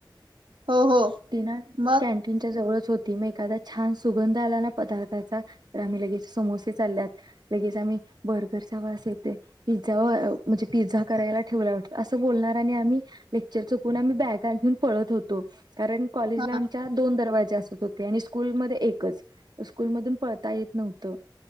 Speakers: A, on the right; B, on the right.
A: हो हो
B: ती ना
A: मग
B: कॅनटीनच्या जवळच होत ती मग एखादा छान सुगंध आला ना पदार्थाचा तर आम्ही लगेच समोस चालल्यात, लगेच आम्ही बर्गरचा वास येते पिझ्झा म्हणजे पिझ्झा करायला ठेवला वाटतं असं बोलणार, आणि आम्ही लेक्चर चुकून आम्ही बॅगा घेऊन पळत होतो. कारण कॉलेजला
A: हा
B: आमच्या दोन दरवाजे असत होत ते आणि स्कुल मध्ये एकच, स्कुलमधून पळता येत नव्हतं.